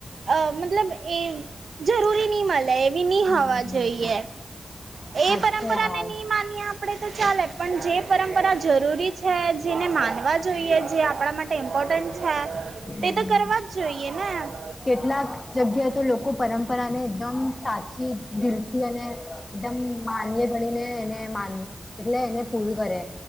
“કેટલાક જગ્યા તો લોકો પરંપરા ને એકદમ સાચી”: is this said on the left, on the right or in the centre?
Left